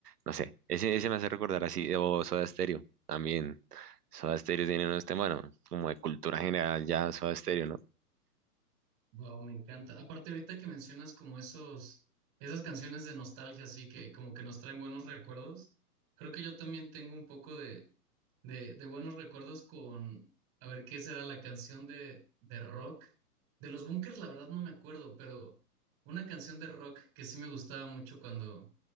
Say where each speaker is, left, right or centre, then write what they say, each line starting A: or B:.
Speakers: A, on the right; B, on the right.
A: no sé, ese, ese me hace recordar así, o Soda Stereo también. Soda Stereo tiene unos temas, bueno, como de cultura general ya Soda Stereo, ¿no?
B: Wow, me encanta. Aparte, ahorita que mencionas como esos, esas canciones de nostalgia, así que como que nos traen buenos recuerdos, creo que yo también tengo un poco de, de, de buenos recuerdos con, a ver, ¿qué será la canción de, de rock? De los Bunkers, la verdad no me acuerdo, pero una canción de rock que sí me gustaba mucho cuando,